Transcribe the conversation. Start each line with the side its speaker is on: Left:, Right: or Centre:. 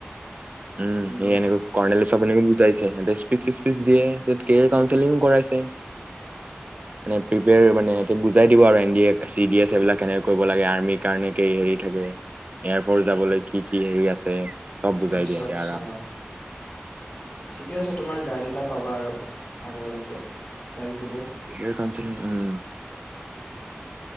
Right: উম সেই
Left: বাহ।
Right: এনেকৈ কৰ্ণাললেল চব এনেক যাইছে দে স্পিতি কেৰিয়াৰ কাউন্সেলিং কৰাইছে নে প্ৰিপেয়াৰ মানে বুজাই দিব আৰু এন চি ডি এ এইবিলাক কে কৰিব লাগে আৰ্মিৰ কাৰনে কি হেৰি থাকে এয়াৰপৰ্ট যাবলৈ কি কি হেৰি আছে। চব বুজাই
Left: আচ্ছা
Right: দিয়া ইয়াতে
Left: আচ্ছা
Right: আৰাম চে।
Left: ঠিকে আছে তোমাৰ গাইড এটা পাবা আৰু আগৰ লৈকে হেল্প হব।
Right: কেৰিয়াৰ কাউন্সেলিং উম।